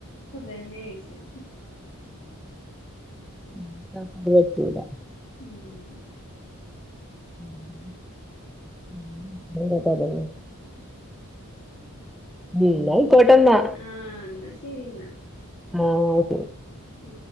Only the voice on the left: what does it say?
തന്നേയ്ച്ചും.
ഉം
ഉം ആഹ് ഇന്നാ ശെരി ഇന്നാ.
ഉം